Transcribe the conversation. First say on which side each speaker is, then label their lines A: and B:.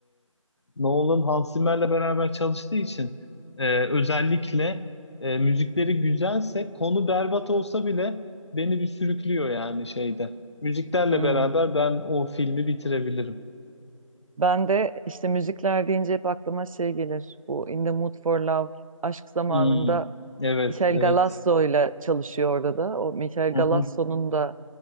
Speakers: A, on the left (about 55°); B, on the right (about 80°).
A: e, Nolan Hans Zimmer'le beraber çalıştığı için e, özellikle e, müzikleri güzelse konu berbat olsa bile beni bir sürüklüyor yani şeyde. Müziklerle
B: Hmm.
A: beraber ben o filmi bitirebilirim.
B: Ben de işte müzikler deyince hep aklıma şey gelir. Bu In the Mood for Love, aşk zamanında
A: Hmm. Evet
B: Michel
A: evet.
B: Galasso ile çalışıyor orada da. O Michel
A: Hı
B: Galasso'nun
A: hı.
B: da